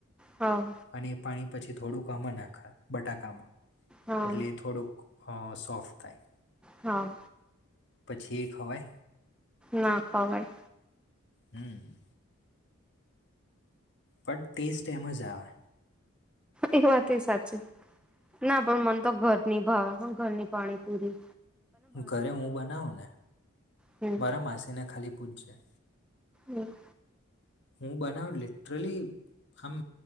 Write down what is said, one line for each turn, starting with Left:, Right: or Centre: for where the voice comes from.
Centre: હા
Left: અને એ પાણી પછી થોડુંક આમાં નાખે બટાકામાં
Centre: હા
Left: એટલે એ થોડુંક હ સોફ્ટ થાય.
Centre: હા.
Left: પછી એ ખવાય
Centre: ના ખવાય.
Left: હમ બટ ટેસ્ટ એમજ આવે.
Centre: એ વાતય સાચી ના પણ મનતો ઘરની ભાવ પણ ઘરની પાણીપૂરી.
Left: ઘરે હું બનાવુંને
Centre: હમ
Left: મારા માસીને ખાલી પૂછજે
Centre: હમ
Left: હું બનાવુ લિટરલી આમ